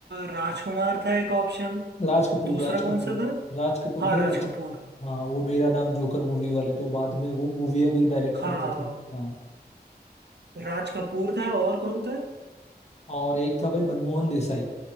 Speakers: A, on the right; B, on the left.
A: राजकुमार था एक ऑप्शन
B: राज कपूर
A: दूसरा
B: राज
A: कौन
B: कपूर
A: सा था
B: राज कपूर
A: हाँ
B: भाई
A: राज
B: राज
A: कपूर
B: हाँ वो मेरा नाम जोकर मूवी वाले तो बाद में वो मूवी भी डायरेक्ट
A: हाँ
B: करते थे हाँ
A: राज कपूर था और कौन था
B: और एक था भाई मनमोहन देसाई